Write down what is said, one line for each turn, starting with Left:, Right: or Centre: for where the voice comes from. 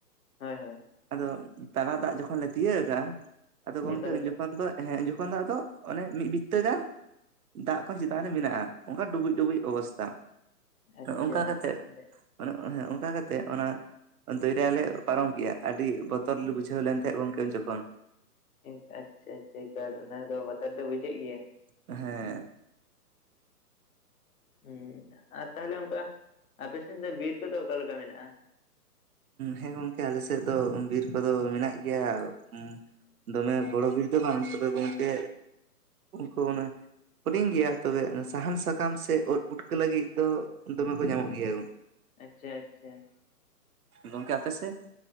Left: ᱦᱳᱭ ᱦᱳᱭ
Right: ᱟᱫᱚ ᱛᱟᱞᱟ ᱫᱟᱜ ᱡᱚᱠᱷᱚᱱ ᱞᱮ ᱛᱤᱭᱟᱹᱜ ᱠᱟᱜ-ᱟ ᱟᱫᱚ ᱜᱚᱝᱠᱮ
Left: ᱮᱠᱟᱞ
Right: ᱩᱱ
Left: ᱮᱠᱟᱞ
Right: ᱡᱚᱠᱷᱚᱱ ᱫᱚ ᱦᱮᱸ ᱡᱚᱠᱷᱚᱱ ᱫᱚ ᱟᱫᱚ ᱚᱱᱮ ᱢᱤᱫ ᱵᱤᱛᱛᱟᱹ ᱜᱟᱱ ᱫᱟᱜ ᱠᱷᱚᱱ ᱪᱮᱛᱟᱱ ᱨᱮ ᱢᱮᱱᱟᱜ-ᱟ ᱚᱱᱠᱟ ᱰᱩᱵᱩᱡ ᱰᱩᱵᱩᱡ ᱚᱵᱚᱥᱛᱷᱟ ᱾
Left: ᱟᱪᱪᱷᱟ
Right: ᱚᱱᱠᱟ ᱠᱟᱛᱮ
Left: ᱛᱟᱦᱚᱞᱮ
Right: ᱦᱮᱸ ᱚᱱᱠᱟ ᱠᱟᱛᱮ ᱚᱱᱟ ᱫᱚᱨᱭᱟ ᱨᱮᱟᱞᱮ ᱯᱟᱨᱚᱢ ᱠᱮᱜ-ᱟ ᱟᱹᱰᱤ ᱵᱚᱛᱚᱨ ᱞᱮ ᱵᱩᱡᱷᱟᱹᱣ ᱞᱮᱱ ᱛᱟᱦᱮᱸᱫ ᱜᱚᱢᱠᱮ ᱩᱱ ᱡᱚᱠᱷᱚᱱ
Left: ᱟᱪᱷᱟ ᱟᱪᱷᱟ ᱟᱪᱷᱟ ᱮᱠᱟᱞ ᱚᱱᱟ ᱫᱚ ᱵᱚᱛᱚᱨ ᱫᱚ ᱵᱩᱡᱷᱟᱹᱜ ᱜᱮᱭᱟ
Right: ᱦᱮᱸ
Left: ᱦᱩᱸ ᱟᱨ ᱛᱟᱦᱚᱞᱮ ᱚᱱᱠᱟ ᱟᱯᱮ ᱥᱮᱫ ᱫᱚ ᱵᱤᱨ ᱠᱚᱫᱚ ᱚᱠᱟᱞᱮᱠᱟ ᱢᱮᱱᱟᱜ-ᱟ ᱾
Right: ᱦᱮᱸ ᱜᱚᱝᱠᱮ ᱟᱞᱮ ᱥᱮᱫ ᱫᱚ ᱵᱤᱨ ᱠᱚᱫᱚ ᱢᱮᱱᱟᱜ ᱜᱮᱭᱟ ᱾ ᱫᱚᱢᱮ ᱵᱚᱲᱚ ᱵᱤᱨ ᱫᱚ ᱵᱟᱝ ᱜᱚᱝᱠᱮ ᱩᱱᱠᱩ ᱚᱱᱮ ᱦᱩᱰᱤᱧ ᱜᱮᱭᱟ ᱛᱚᱵᱮ ᱥᱟᱦᱟᱱ ᱥᱟᱠᱟᱢ ᱥᱮ ᱳᱫ ᱯᱩᱴᱠᱟᱹ ᱞᱟᱹᱜᱤᱫ ᱫᱚ ᱫᱚᱢᱮ ᱠᱚ ᱧᱟᱢᱚᱜ ᱜᱮᱭᱟ
Left: ᱟᱪᱷᱟ ᱟᱪᱷᱟ ᱾
Right: ᱜᱚᱢᱠᱮ ᱟᱯᱮ ᱥᱮ